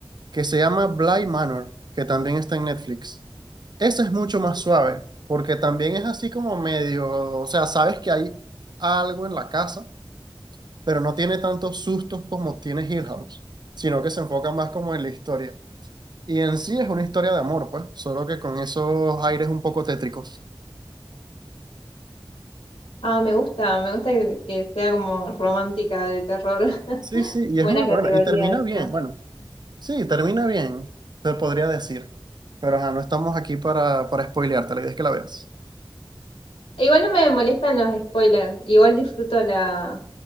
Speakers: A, on the right (about 50°); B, on the left (about 90°).
A: que se llama Bly Manor, que también está en Netflix. Esa es mucho más suave, porque también es así como medio, o sea, sabes que hay algo en la casa, pero no tiene tantos sustos como tiene Hill House, sino que se enfoca más como en la historia. Y en sí es una historia de amor, pues, solo que con esos aires un poco tétricos.
B: Ah, me gusta, me gusta que, que sea como romántica de terror. <laughs>
A: Sí, sí, y es
B: Buena
A: muy buena,
B: categoría
A: y termina
B: esa.
A: bien. Bueno, Sí, termina bien, te podría decir. Pero ajá, no estamos aquí para, para spoilearte, la idea es que la veas.
B: E igual no me molestan los spoilers. Igual disfruto la,